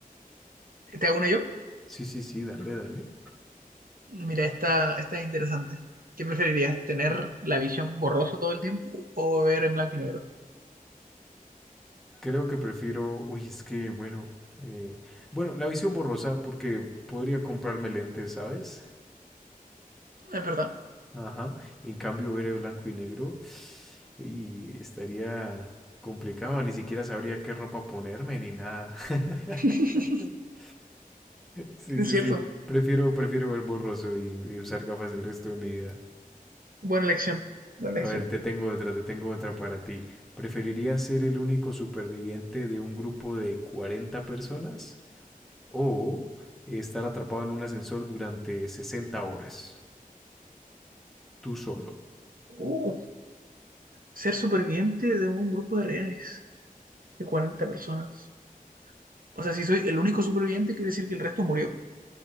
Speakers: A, on the right (about 70°); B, in the centre.
A: ¿Te hago una yo?
B: Sí, sí, sí, dale, dale.
A: Mira, esta, esta es interesante. ¿Qué preferirías, tener la visión borrosa todo el tiempo o ver en blanco y negro?
B: Creo que prefiero... Uy, es que, bueno... eh, bueno, la visión borrosa porque podría comprarme lentes, ¿sabes?
A: Es verdad,
B: Ajá. En cambio, ver el blanco y negro y estaría complicado, ni siquiera sabría qué ropa ponerme ni nada. <laughs>
A: <laughs>
B: Sí,
A: es
B: sí,
A: cierto.
B: sí. Prefiero, prefiero ver borroso y, y usar gafas el resto de mi vida.
A: Buena elección, buena
B: A
A: elección.
B: ver, te tengo otra, te tengo otra para ti. ¿Preferirías ser el único superviviente de un grupo de 40 personas o estar atrapado en un ascensor durante 60 horas, tú solo?
A: Uh, ser superviviente de un grupo de rehenes de 40 personas. O sea, si soy el único superviviente, quiere decir que el resto murió.